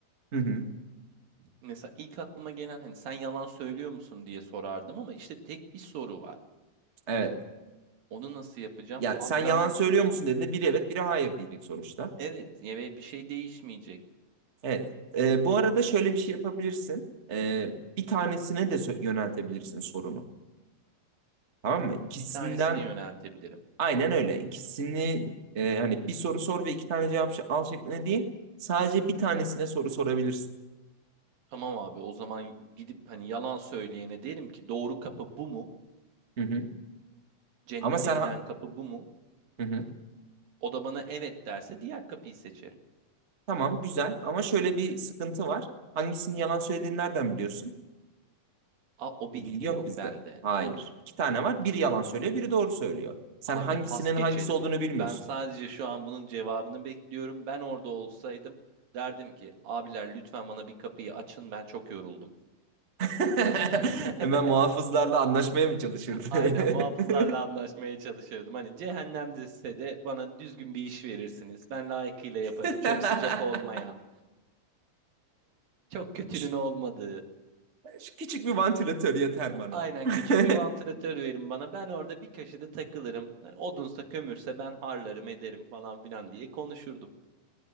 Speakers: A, on the right; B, on the right.
A: Hı hı.
B: Mesela ilk aklıma gelen hani sen yalan söylüyor musun diye sorardım ama işte tek bir soru var.
A: Evet.
B: Onu nasıl yapacağım?
A: Yani
B: Abi
A: sen yalan
B: ben
A: söylüyor musun dediğinde biri evet biri hayır diyecek sonuçta.
B: evet ve bir şey değişmeyecek.
A: Evet. Ee, bu arada şöyle bir şey yapabilirsin. Ee, bir tanesine de sö- yöneltebilirsin sorunu. Tamam mı? İkisinden
B: Bir tanesine yöneltebilirim.
A: Aynen öyle. İkisini e, hani bir soru sor ve iki tane cevap ş- al şeklinde değil. Sadece bir tanesine soru sorabilirsin.
B: Tamam abi o zaman gidip hani yalan söyleyene derim ki doğru kapı bu mu?
A: Hı hı.
B: Cennete
A: Ama sen
B: giden
A: ha-
B: kapı bu mu?
A: hı hı.
B: O da bana evet derse diğer kapıyı seçerim.
A: Tamam güzel ama şöyle bir sıkıntı var. Hangisini yalan söylediğini nereden biliyorsun?
B: Aa, o bilgi
A: Bu bilgi
B: de
A: yok
B: yok
A: bizde.
B: bende.
A: Hayır. İki tane var. Biri yalan söylüyor, biri doğru söylüyor. Sen
B: Abi
A: hangisinin
B: pas geçelim.
A: hangisi olduğunu bilmiyorsun.
B: Ben sadece şu an bunun cevabını bekliyorum. Ben orada olsaydım derdim ki abiler lütfen bana bir kapıyı açın ben çok yoruldum.
A: <laughs>
B: <laughs>
A: Hemen muhafızlarla anlaşmaya mı çalışırdın?
B: Aynen muhafızlarla anlaşmaya çalışırdım. Hani cehennemde size de bana düzgün bir iş verirsiniz. Ben layıkıyla yaparım.
A: <laughs>
B: Çok sıcak olmayan, çok kötünün
A: Şu-
B: olmadığı.
A: şu Küçük bir vantilatör yeter bana.
B: Aynen
A: <laughs>
B: küçük bir vantilatör verin bana. Ben orada bir köşede takılırım. Yani odunsa kömürse ben harlarım ederim falan filan diye konuşurdum.